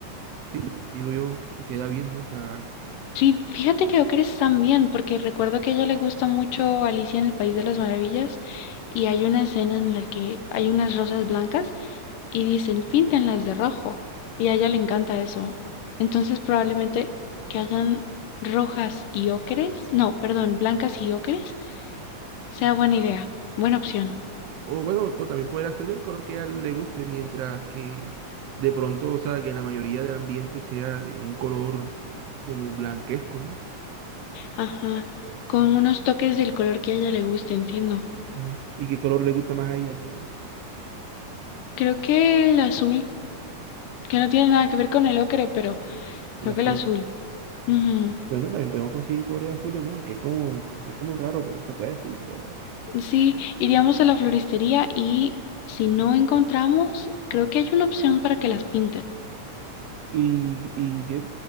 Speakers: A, on the right; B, on the left.
A: sí, digo yo que queda bien, ¿no? O sea,
B: Sí, fíjate que Ocres también, porque recuerdo que a ella le gusta mucho Alicia en el País de las Maravillas y hay una escena en la que hay unas rosas blancas y dicen píntenlas de rojo y a ella le encanta eso. Entonces probablemente que hayan rojas y ocres, no, perdón, blancas y ocres, sea buena idea, buena opción.
A: o bueno, o también poder hacer del color que a él le guste, mientras que de pronto, o sea, que la mayoría del ambiente sea de un color como blanquesco, ¿no?
B: Ajá, con unos toques del color que a ella le guste, entiendo.
A: Mm. ¿Y qué color le gusta más a ella que
B: Creo que el azul, que no tiene nada que ver con el ocre, pero
A: el
B: creo
A: azul?
B: que el azul. Ujú.
A: Bueno, también podemos conseguir flores azules, ¿no? Que es como, es como raro, pero se puede decir que era.
B: Sí, iríamos a la floristería y si no encontramos, creo que hay una opción para que las pinten.
A: ¿Y, y qué